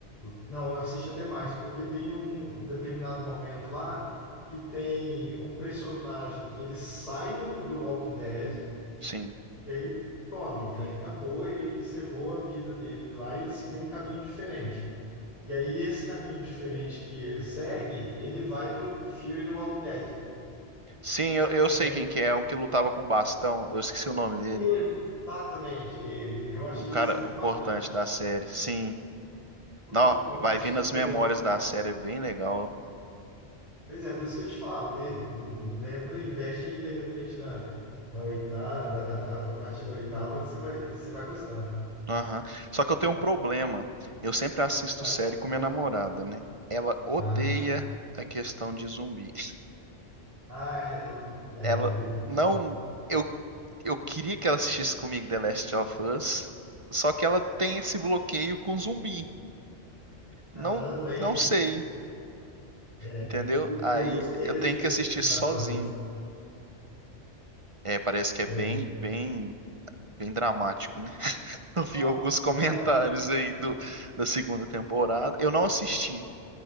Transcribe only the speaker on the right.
sim.
Sim, eu, eu sei
quem que é, um que lutava com bastão. Eu esqueci o nome dele.
É um cara
importante
da série. Sim.
Não,
vai
vindo as memórias da série, é bem legal.
Aham. Só que eu tenho um problema. Eu sempre assisto
série com minha namorada, né? Ela odeia
a questão de zumbi.
Ela
não. Eu, eu queria que ela assistisse comigo The Last of Us, só que ela tem esse bloqueio com zumbi.
Não,
não sei,
entendeu?
Aí
eu
tenho que assistir sozinho.
É, parece que
é bem, bem, bem dramático, né? <laughs> Eu vi
alguns comentários
aí do, da segunda temporada. Eu não assisti,